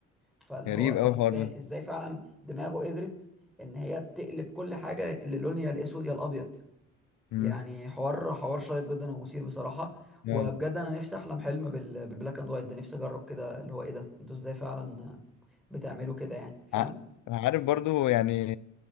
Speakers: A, in the centre; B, on the left.
A: فاللي
B: غريب
A: هو طب
B: قوي الحوار
A: ازاي
B: ده
A: ازاي فعلا دماغه قدرت ان هي تقلب كل حاجه اللي لون يا الاسود يا الابيض
B: مم.
A: يعني حوار حوار شيق جدا ومثير بصراحه وبجد
B: آه.
A: انا نفسي احلم حلم بال... بالبلاك اند وايت ده نفسي اجرب كده اللي هو ايه ده انتوا ازاي فعلا بتعملوا كده يعني فاهم
B: ع- عارف برضو يعني